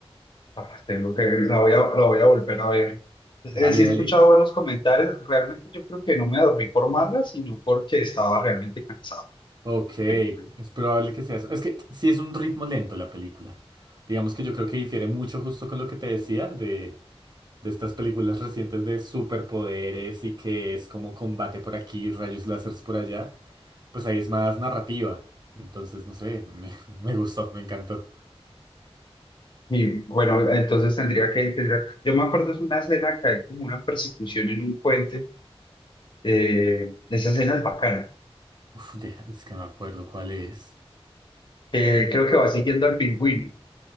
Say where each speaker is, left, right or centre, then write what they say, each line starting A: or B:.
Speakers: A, on the left (about 50°); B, on the right (about 45°).
A: Ah, tengo que, la voy a, la voy a volver a ver. Eh,
B: Dale,
A: sí he
B: dale.
A: escuchado buenos comentarios, realmente yo creo que no me dormí por mala, sino porque estaba realmente cansado.
B: Ok, es
A: Pero yo creo-
B: probable que sea eso. Es que sí es un ritmo lento la película. Digamos que yo creo que difiere mucho justo con lo que te decía de, de estas películas recientes de superpoderes y que es como combate por aquí, rayos láseres por allá. Pues ahí es más narrativa. Entonces, no sé, me, <laughs> me gustó, me encantó.
A: Y bueno, entonces tendría que, tendría- yo me acuerdo es una escena que hay como una persecución en un puente, eh, esa escena es bacana,
B: Uf, deja- es que no me acuerdo cuál es.
A: Eh,
B: El-
A: creo que va siguiendo al pingüino.